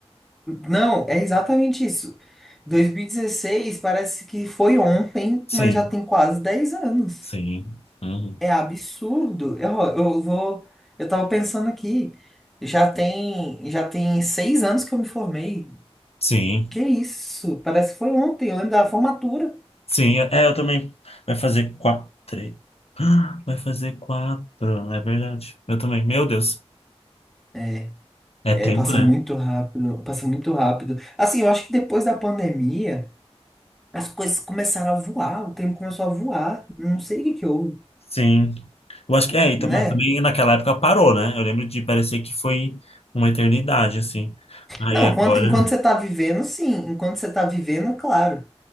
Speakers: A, in the centre; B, on the left.
A: Não, é exatamente isso. 2016 parece que foi ontem,
B: Sim,
A: mas já tem quase 10 anos.
B: sim, uhum,
A: É absurdo. Eu, eu vou. Eu tava pensando aqui. Já tem, já tem seis anos que eu me formei.
B: sim,
A: Que isso? Parece que foi ontem, eu lembro da formatura.
B: sim, é, eu também, vai fazer quatro, três, <gasps> vai fazer quatro, é verdade, eu também, meu Deus,
A: É,
B: é
A: é,
B: tempo,
A: passa
B: né?
A: muito rápido, passa muito rápido. Assim, eu acho que depois da pandemia, as coisas começaram a voar, o tempo começou a voar. Não sei o que que houve,
B: Sim. Eu acho que é, e
A: né?
B: tam- mas também naquela época parou, né? Eu lembro de parecer que foi uma eternidade, assim. Aí
A: Não,
B: agora
A: enquanto, enquanto
B: <laughs>
A: você tá vivendo, sim. Enquanto você tá vivendo, claro.